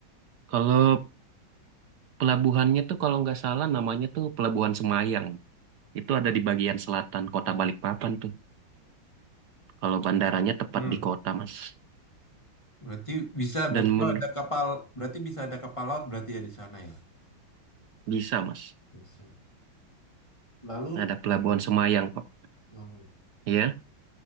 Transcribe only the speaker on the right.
Kalau pelabuhannya tuh kalau nggak salah namanya tuh Pelabuhan Semayang. Itu ada di bagian selatan kota Balikpapan tuh. Kalau bandaranya tepat
di kota, Mas.
Dan menur-
bisa, Mas.
Ada pelabuhan Semayang, Pak.
Ya,